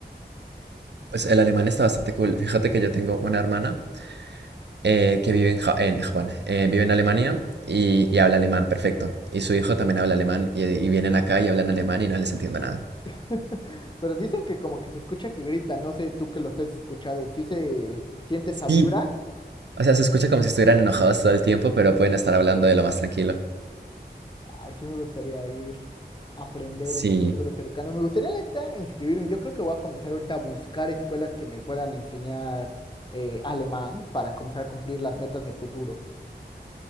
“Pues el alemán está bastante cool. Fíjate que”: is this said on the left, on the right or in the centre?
Right